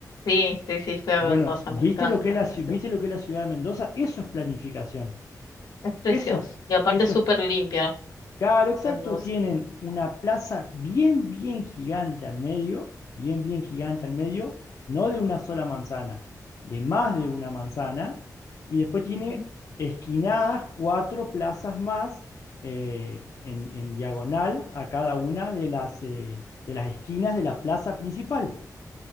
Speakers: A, on the left; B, on the left.
A: Sí, sí, sí, fui a
B: Bueno,
A: Mendoza,
B: ¿viste
A: me encanta,
B: lo que es la,
A: es
B: ci-
A: precioso.
B: viste lo que es la ciudad de Mendoza? Eso es planificación,
A: Es precioso.
B: eso,
A: Y aparte
B: eso
A: es súper
B: es
A: limpia
B: Claro, exacto.
A: Mendoza.
B: Tienen una plaza bien, bien gigante al medio, bien, bien gigante al medio, no de una sola manzana, de más de una manzana. Y después tiene
A: Ujú,
B: esquinadas cuatro plazas más eh, en, en diagonal a cada una de las, eh, de las esquinas de la plaza principal.